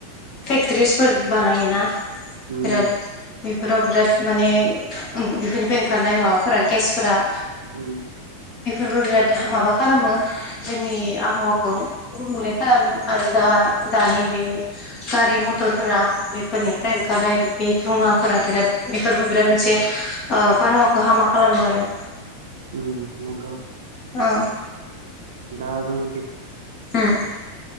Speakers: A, on the left; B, on the right.
A: फेक्टरिसफोर बानायोना
B: उम
A: बिराद बेफोराव बिराद माने बेफोरनिफ्राय ओंखारनाय माबाफोरा गेस फोरा
B: उम
A: बेफोरबो बिराद हा माबा खालामो जोंनि आबहावाखौ गुबुंले खालामो आरो दा दानि बे गारि मथर थरफोरा बेफोरनिफ्राय ओंखारलनाय बे दुंङाफोरा बिराद बेफोरबो बिराद मोनसे ओ बारहावखौ हामा खालामो आरो
B: उम नंगौ
A: औ
B: दा जोंनि गे
A: उम